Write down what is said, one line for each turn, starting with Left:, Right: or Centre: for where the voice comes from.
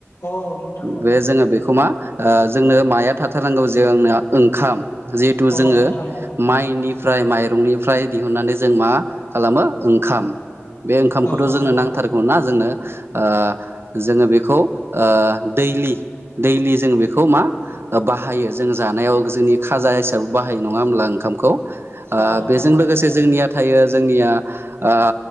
Left: औ नोंथां औ
Right: बे जोङो बेखौ मा ओ जोंनो माया थाथारनांगौ जोंना ओंखाम जिहेथु
Left: औ
Right: जोङो
Left: नोंथां औ
Right: माइनि निफ्राय माइरंनिफ्राय दिहुननानै जों मा खालामो ओंखाम बे ओंखामखौथ'
Left: औ नोंथां
Right: जोंनो
Left: औ
Right: नांथारगौ ना। जोनो ओ जोङो बेखौ ओ दैलि दैलि जों बेखौ मा बाहायो जों जानायाव जोंनि खाजा हिसाबै बाहायो नङा होमब्ला ओंखामखौ। ओ
Left: औ नोंथां
Right: बेजों
Left: औ
Right: लोगोसे जोंनिया थायो जोंनि ओ